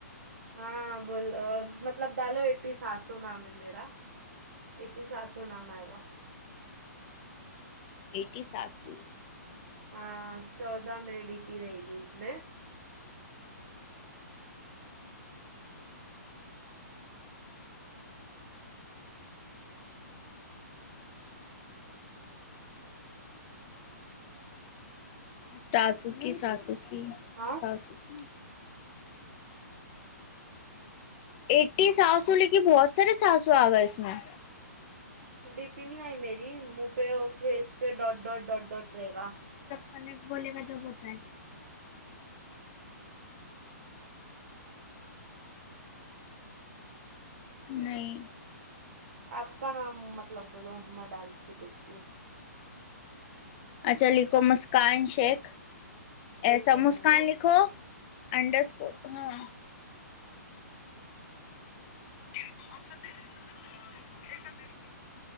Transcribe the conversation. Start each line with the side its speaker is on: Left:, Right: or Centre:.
Right: ہاں بول مطلب ڈالو ایٹی سسو نام ہے میرا اٹی ساسو نام ہے گا
Left: ایٹی ساسو
Right: ہاں چودہ میرے ڈی پی رہے گی اس میں
Left: ساسکی ساسکی
Right: ہاں
Left: ساسکی ایٹی ساسو لکھی بہت سارے ساسو آ گئے اس میں
Right: ٹی پی نہیں آئی میری مو پے اور فیس پے ڈاٹ ڈاٹ ڈاٹ ڈاٹ رہے گا
Left: کنکٹ بولے کا جب ہوتا ہے نہیں
Right: آپ کا نام مطلب بولو میں ڈال کے دیکھتی ہوں
Left: اچھا لکھو مسکان شیخ ایسا
Right: ایک سیکنڈ
Left: مسکان
Right: ہاں
Left: لکھو انڈرک اسکو ہاں <unintelligible>